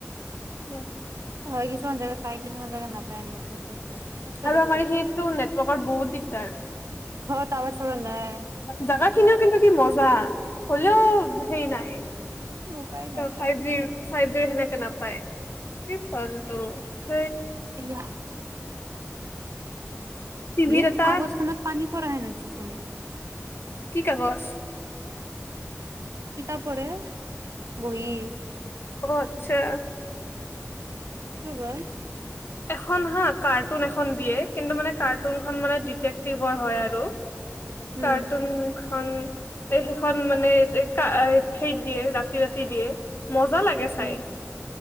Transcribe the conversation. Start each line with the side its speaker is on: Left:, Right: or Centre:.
Left: উম,
Right: হয় কিছুমান জেগা পায় কিছমান জো নাপায় এনেকে বস্তুটো মস্ত
Left: আৰু
Right: দিগদাৰ
Left: আমাৰ সটো নেটৱৰ্কৰ বহুত দিগদাৰ
Right: কাৱচ নে
Left: জাগা খিনিও কিন্তু কি মজা হ'লেও সেই নাই
Right: উপায় নাই
Left: ফাইভ
Right: আৰু
Left: জিৰ ফাইভ জিৰ সেনেকে নাপায় কি চল তটো স
Right: ইয়া
Left: টিভিত
Right: ইে
Left: এটা
Right: আগজ খানাত পানী প হেনছ চোন
Left: কি কাগজ
Right: কিতাপ পঢ় বহি
Left: অ আচ্ছা
Right: ক বা
Left: এখন হা কাৰ্টুন এখন দিয়ে কিন্তু মানে কাৰ্টুনখন মানে ডিটেক্টিভৰ হয় আৰু
Right: উম
Left: কাৰ্টুন সখন এ সেইখন মানে ক সেত দিয়ে ৰাতি ৰাতি দিয়ে মজা লাগে চাই
Right: উম